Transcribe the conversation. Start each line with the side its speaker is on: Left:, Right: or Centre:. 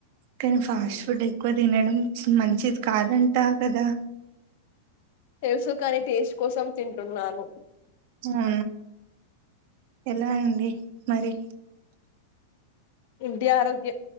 Right: కానీ ఫాస్ట్ ఫుడ్ ఎక్కువ తినడం మంచిది కాదంటా కదా
Left: తెలుసు కాని టేస్ కోసం తింటున్నాను
Right: అవునా ఎలా అండి మరి
Left: ఇంటి ఆరోగ్య